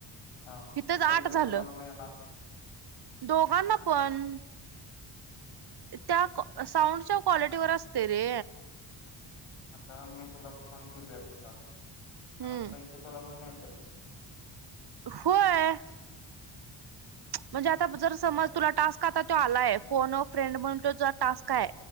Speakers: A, on the left (about 90°); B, on the right (about 50°).
A: हा
B: इथच
A: ते पैसे
B: आठ झालं.
A: कोणाला मिळणार
B: दोघांना पण त्या साऊंडच्या क्वालिटीवर असतय रे
A: आता मी तुला फोन केलंय आता
B: हम्म
A: म पैसे तुला पण मिळ <inaudible>
B: होय. म्हणजे आता जर समज तुला टास्क आता त्यो आलाय. फोन अ फ्रेंड म्हणून तो जो टास्क आहे.